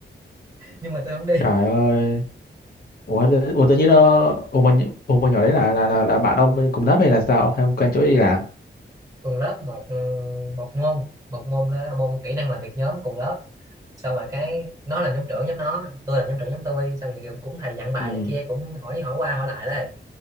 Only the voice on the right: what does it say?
nhưng mà tôi không đi
cùng lớp một ừ, một môn một môn đó là môn kỹ năng làm việc nhóm cùng lớp xong rồi cái nó làm nhóm trưởng nhóm nó tôi làm nhóm trưởng nhóm tôi xong rồi kiểu cũng thầy dặn bài
này kia cũng hỏi hỏi qua hỏi lại đây